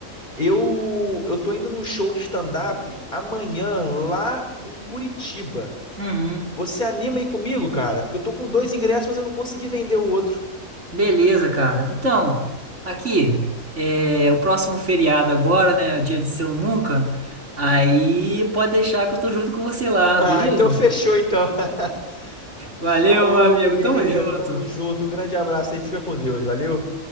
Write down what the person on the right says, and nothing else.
uhum.
Beleza, cara. Então, aqui, é o próximo feriado agora, né? Dia de Seu Nunca. Aí pode deixar que eu tô junto com você lá,
beleza?
Valeu,
meu amigo.
Tamo junto.